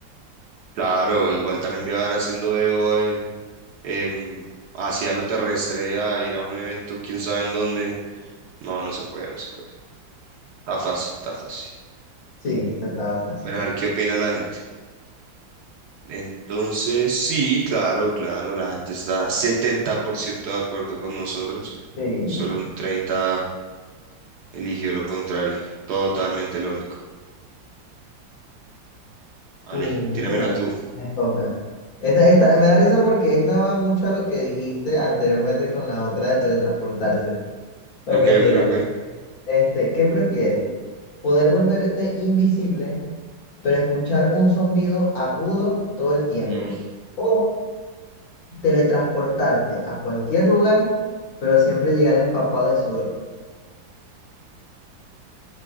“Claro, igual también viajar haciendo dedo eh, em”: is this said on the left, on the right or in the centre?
Right